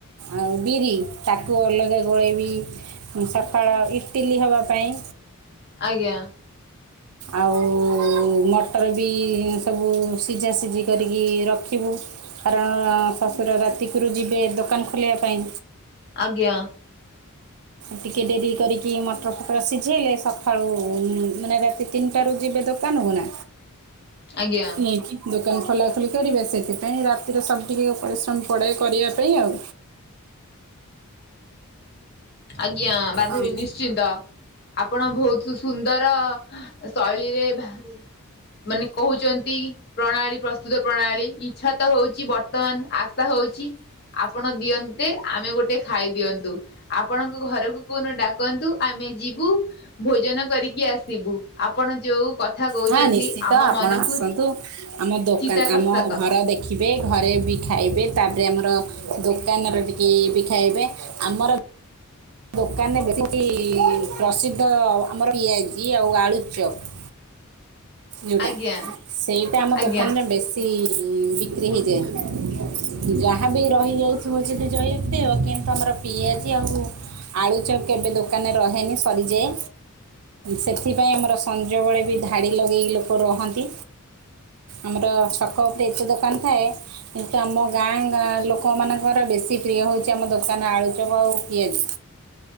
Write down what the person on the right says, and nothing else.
ଆଉ ବିରି, ତାକୁ ଅଲଗା ଗୋଳେଇବି। ସକାଳ ଇଟିଲି ହବା ପାଇଁ।
ଆଉ ମଟର ବି ସବୁ ସିଝା ସିଝି କରିକି ରଖିବୁ। କାରଣ ଶଶୁର ରାତିକୁରୁ ଯିବେ ଦୋକାନ ଖୋଲିବା ପାଇଁ।
ଟିକେ ଡେରି କରିକି ମଟର ଫଟର ସିଝେଇଲେ, ସକାଳୁ ମାନେ ରାତି ତିନିଟାରୁ ଯିବେ ଦୋକାନକୁ ନା।
ନେଇକି ଦୋକାନ ଖୋଲାଖୋଲି କରିବେ, ସେଥିପାଇଁ ରାତିରୁ ସବୁ ଟିକେ ପରିଶ୍ରମ ପଡ଼େ କରିଆ ପାଇଁ ଆଉ।
ଆଉ
ହଁ ନିଶ୍ଚିତ
ଆପଣ
ଆସନ୍ତୁ, ଆମ ଦୋକାନ
ଆମ ଘର ଦେଖ ଦେଖିବେ ଘରେ ବି ଖାଇବେ, ତାପରେ ଆମର ଦୋକାନରେ ଟିକେ ବି ଖାଇବେ। ଆମର ଦୋକାନରେ ବେଶି ପ୍ରସିଦ୍ଧ ଆମର ପିଆଜି ଆଉ ଆଳୁ ଚପ୍। ଯଉଟା
ସେଇଟା ଆମ
ଦୋକାନର ବେଶୀ ଇ ବିକ୍ରି ହେଇଯାଏ। ଯାହା ବି ରହିଯାଉଥିବା <unintelligible> କିନ୍ତୁ ଆମର ପିଆଜି ଆଉ ଆଳୁ ଚପ୍ କେବେ ଦୋକାନରେ ରହେନି ସରିଯାଏ। ସେଥିପାଇଁ ଆମର ସଞ୍ଜବେଳେ ବି ଧାଡ଼ି ଲଗେଇକି ଲୋକ ରହନ୍ତି। ଆମର ଛକ ଉପରେ ଏତେ ଦୋକାନ ଥାଏ। କିନ୍ତୁ ଆମ ଗାଁ ଗାଁ ଲୋକମାନଙ୍କର ବେଶୀ ପ୍ରିୟ ହେଉଛି, ଆମ ଦୋକାନ ଆଳୁ ଚପ ଆଉ ପିଆଜି।